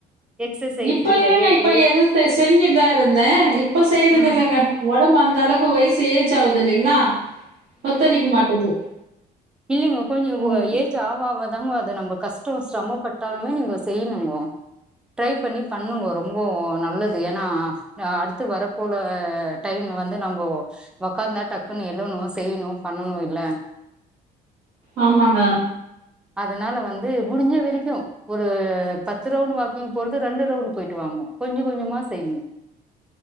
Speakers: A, in the centre; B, on the right.
A: எக்ஸசைஸு
B: இப்ப இல்லங்க
A: டயட்டு
B: இப்ப எது செ செஞ்சுட்தா இருந்த இப்ப செய்றது
A: ம்
B: இல்லங்க ஒ டம்பு அந்த அளவுக்கு வயசு ஏஜ் ஆவுதில்லைங்களா ஒத்துழிக்க மாட்டுது
A: இல்லிங்க கொஞ்சொ
B: ம்.
A: ஏஜ் ஆவ ஆவதாங்க அது நம்ப கஷ்டொ ஷ்ரமப்பட்டாலுமே நீங்க செய்ணுங்க ட்ரை பண்ணி பண்ணுங்கோ ரொம்போ நல்லது ஏன்னா அடுத்து வர போல டைம்ல வந்து நம்போ ஒக்காந்தா டக்குன்னு எழுணு செய்ணு பண்ணணு இல்ல
B: ஆமாங்க
A: அதுனால வந்து முடிஞ்ச வரைக்கு ஒரு பத்து ரவுண்ட் வாக்கிங் போறது ரெண்டு ரவுண்ட் போயிட்டு வாங்கோ கொஞ்ச கொஞ்சமா செய்ணு